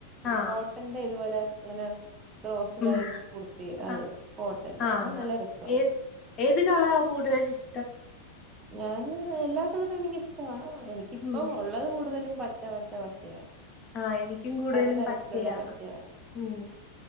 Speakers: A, on the left (about 30°); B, on the right (about 25°).
A: ആഹ്
B: കോട്ടന്റെ ഇതുപോലെ ഇങ്ങനെ ക്രോസ്സ്
A: ഉം
B: ലൈൻ കുർത്തി അത്
A: ആ
B: കോട്ടന്റെ
A: ആന്ന്
B: അത് നല്ല രസാ
A: ഏത് ഏത് കളറ കൂടുതല് ഇഷ്ടം
B: ഞാൻ എല്ലാ കളറും എനിക്കിഷ്ടമാ എനിക്കിപ്പം
A: ഉം
B: ഉള്ളത് കൂടുതലും പച്ച പച്ച പച്ചയ
A: ആ എനിക്കും കൂടുതലും
B: പലതരത്തിലുള്ള
A: പച്ചയാണ്
B: പച്ചയ
A: ഉം